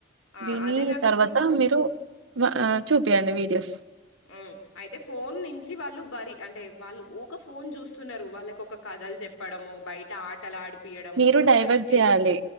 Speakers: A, on the left; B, on the right.
A: ఆ
B: విని
A: అదే నాకు
B: తర్వాత
A: ఇప్పుడు
B: మీరు వ ఆ చూపండి వీడియోస్
A: ఆ అయితే ఫోన్ నుంచి వాళ్ళు బరి అంటే వాళ్ళు ఊక ఫోన్ చూస్తున్నారు వాళ్ళకి ఒక క థల్ చెప్పడమో బయట ఆటలు ఆడిపియడమో
B: మీరు డైవర్ట్
A: వాళ్ళ చెస్
B: చేయాలి